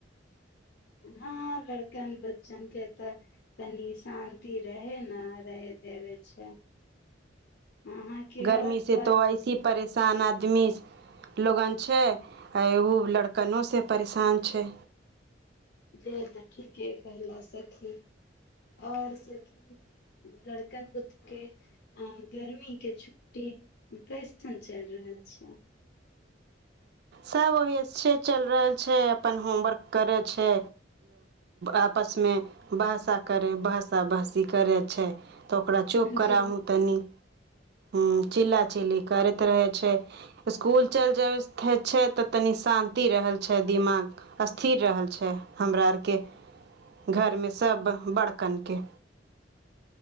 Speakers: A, on the left (about 60°); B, on the right (about 60°).
A: हँ लड़कन बच्चनके तऽ कनि शान्ति रहै ने रहहि देबै छै अहाँके
B: गर्मी
A: आओर
B: से
A: बात
B: तो ऐसी परेशान आ आदमी लोगन छै आहो लड़कनोसँ परेशान छै
A: जे तऽ ठीके कह ल सखी आओर सखी लड़कन बुतके गर्मीके छुट्टी कैसन चलि रहल छै
B: सभ ओहि छै चलि रहल छै अपन होमवर्क करै छै आपसमे भहसा करै भहसा भहसी करै छै तो ओकरा चुप
A: जे
B: तनि हु चिल्ला चिल्ली करेत रहे छै स्कुल चल जाए स <unintelligible> होइ छै तऽ तनि शान्ति रहल छै दिमाग स्थिर रहल छै हमरा आरके घरमे सब बड़कनके